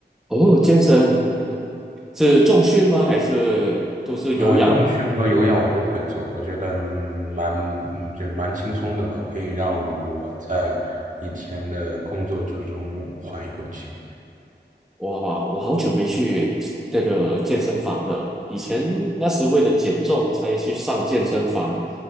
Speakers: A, in the centre; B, on the right.
A: 哦，健身是重训吗？还是都是有氧？
B: 呃，重训和有氧我都会做，我觉得嗯蛮嗯就是蛮轻松的吧，可以让我在一天的工作之中缓一口气。
A: 我我我好久没去这个健身房了，以前那时为了减重才去上健身房，